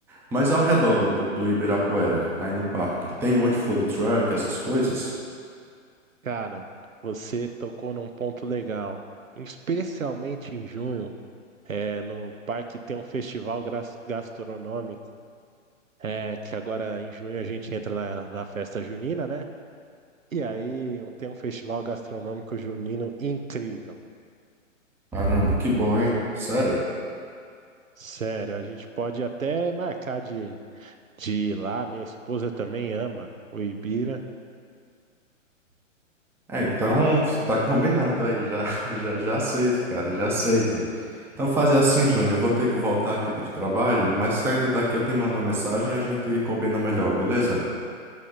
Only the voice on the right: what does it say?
Cara, você tocou num ponto legal, especialmente em junho. É, no parque tem um festival gras- gastronômico É, que agora em junho a gente entra na, na festa junina, né? E aí tem um festival gastronômico junino incrível.
Sério, a gente pode até marcar de, de ir lá. Minha esposa também ama o Ibira.